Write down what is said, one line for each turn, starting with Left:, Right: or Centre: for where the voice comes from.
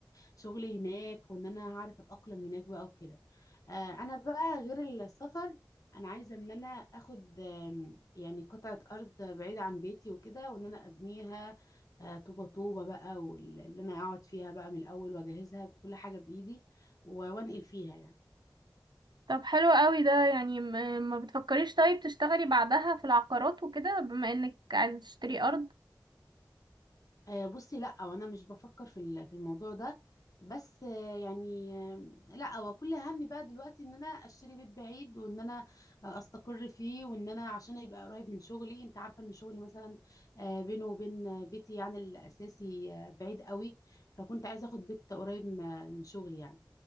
Left: شغل هناك وان انا هعرف اتاقلم هناك بقى وكده آه انا بقى غير السفر انا عايزه ان انا اخد آم، يعني قطعه ارض بعيده عن بيتي وكده وان انا ابنيها آه، طوبه طوبه بقى واللي انا اقعد فيها بقى من الاول واجهزها بكل حاجه بايدي و- وانقل فيها يعني
Right: طب حلو قوي ده يعني م- ما بتفكريش طيب تشتغلي بعدها في العقارات وكده بما انك عايزة تشتري ارض
Left: آه، بصي لا وانا مش بفكر في ال- في الموضوع ده بس آه، يعني آه، لا هو كل همي بقى دلوقتي ان انا اشتري بيت بعيد وان انا آه، استقر فيه وان انا عشان يبقى قريب من شغلي انت عارفه ان شغلي مثلا آه، بينه وبين آه، بيتي يعني الاساسي آه، بعيد قوي فكنت عايزه اخد بيت قريب م- من شغلي يعني